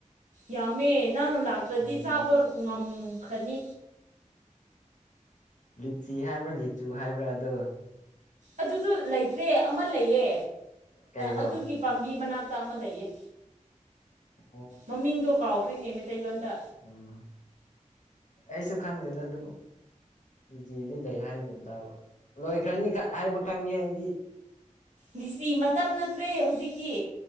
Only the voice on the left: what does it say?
ꯎꯝ
ꯂꯤꯆꯤ ꯍꯥꯏꯕ꯭ꯔꯥ ꯂꯤꯆꯨ ꯍꯥꯏꯕ꯭ꯔꯥ ꯑꯗꯣ
ꯀꯩꯔꯣ
ꯑꯣ
ꯎꯝ ꯑꯩꯁꯨ ꯈꯪꯗꯦꯗ ꯑꯗꯨ ꯇꯤꯗꯤ ꯂꯩ ꯍꯥꯏꯕꯒꯨꯝ ꯇꯥꯕ ꯂꯣꯏꯈ꯭ꯔꯅꯤ ꯈ ꯍꯥꯏꯕ ꯈꯪꯉꯦ ꯑꯩꯗꯤ